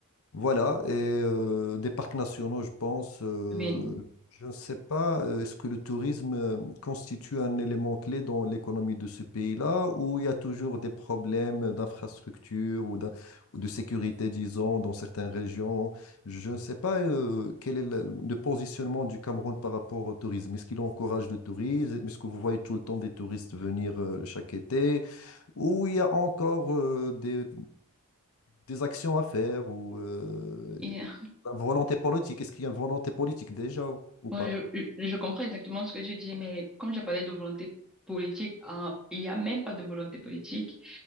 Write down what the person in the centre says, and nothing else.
Oui.
Et, euh,
moi,
je, je je comprends exactement ce que tu dis, mais comme j'ai parlé de volonté politique, hein, il n'y a même pas de volonté politique.